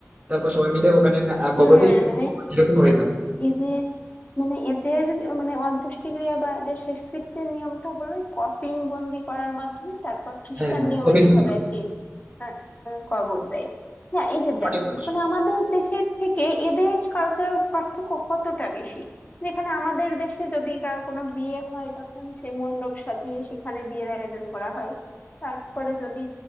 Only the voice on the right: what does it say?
তারপর সবাই মিলে ওখানে আহ, কবর
দিয়ে
এরকম হয়ে
থাকে
হ্যাঁ হ্যাঁ
কপিল
মুনি
সঠিক
বলেছো